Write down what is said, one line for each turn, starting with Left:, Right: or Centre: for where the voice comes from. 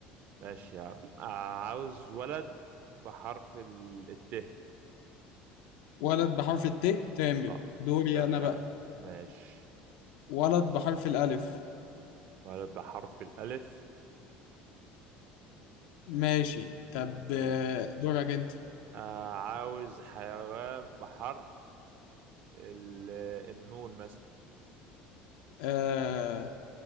Right: ماشي يا عم آه، عاوز ولد بحرف ال- الت
Left: ولد بحرف الت تامر
Right: اه
Left: دوري
Right: تمام
Left: انا بقى
Right: ماشي
Left: ولد بحرف الألف
Right: ولد بحرف الالف
Left: ماشي
Right: احمد
Left: طب آه، دورك انت
Right: آه عاوز حيوان بحرف ال- النون مثلا
Left: آه